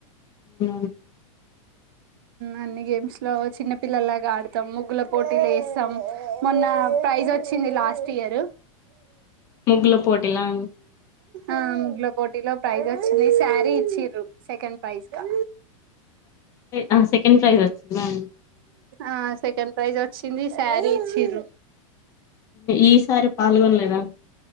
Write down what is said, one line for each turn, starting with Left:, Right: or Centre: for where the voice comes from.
Left: ఉ
Right: అన్ని గేమ్స్ లో చిన్న పిల్లల్లాగా ఆడతాం ముగ్గుల పోటిలు వేస్తాం, మొన్న ప్రైజ్ వచ్చింది లాస్ట్ ఇయర్,
Left: ముగ్గుల పోటీలా
Right: ఆ ముగ్గుల పోటీలో ప్రైజ్ వచ్చింది, శారీ ఇచ్చిర్రు సెకండ్ ప్రైజ్ గా
Left: ఆహ్ సెకడ్ ప్రైజ్ వచ్చిందా.
Right: ఆ సెకండ్ ప్రైజ్ వచ్చింది. శారీ ఇచ్చిరు
Left: ఈసారి పాల్గొనలేదా,